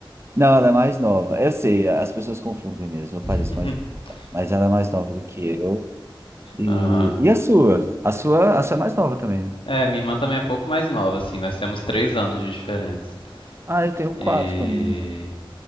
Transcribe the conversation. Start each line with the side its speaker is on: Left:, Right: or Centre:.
Right: Não, ela é mais nova. Eu sei, as pessoas confundem mesmo, eu
Left: <laughs>
Right: pareço mais, mas ela é mais nova do que eu. E,
Left: Aham.
Right: e a sua? A sua, a sua é mais nova também, né?
Left: É, minha irmã também é pouco mais nova, assim. Nós temos três anos de diferença.
Right: Ah, eu tenho quatro
Left: E...
Right: com a minha irmã.